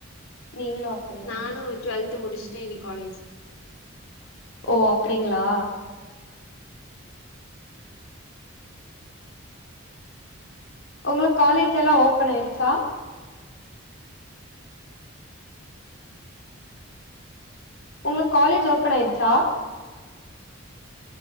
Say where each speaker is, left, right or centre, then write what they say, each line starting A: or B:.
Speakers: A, on the left; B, on the left.
A: நீங்களும் அப்படியா
B: நானும் டுவெல்த் முடிச்சே சைனி காலேஜ்
A: ஓ அப்டிங்களா உங்க காலேஜ் எல்லாம் ஓபன் ஆயிருச்சா உங்க காலேஜ் ஓபன் ஆய்டுச்சா